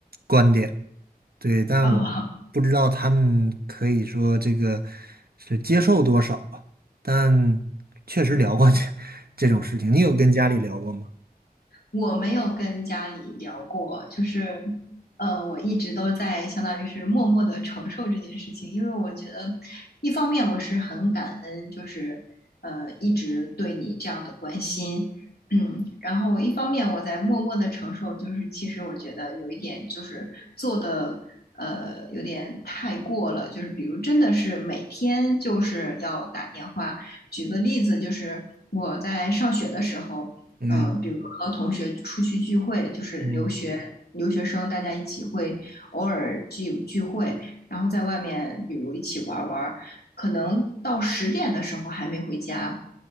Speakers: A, on the right; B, on the left.
A: 观点，对，但我
B: 啊，
A: 不知道他们可以说这个是接受多少吧，但确实聊过这 <laughs> 这种事情。你有跟家里聊过吗？
B: 我没有跟家里聊过，就是，呃，我一直都在相当于是默默的承受这件事情，因为我觉得，一方面我是很感恩，就是呃一直对你这样的关心，嗯，然后我一方面我在默默的承受，就是其实我觉得有一点就是做的呃有点太过了，就是比如真的是每天就是要打电话，举个例子，就是我在上学的时候。
A: 嗯
B: 呃，比如和同学出去聚会，就是留学留学生，
A: 嗯
B: 大家一起会偶尔聚聚会，然后在外面，比如一起玩玩可能到十点的时候还没回家，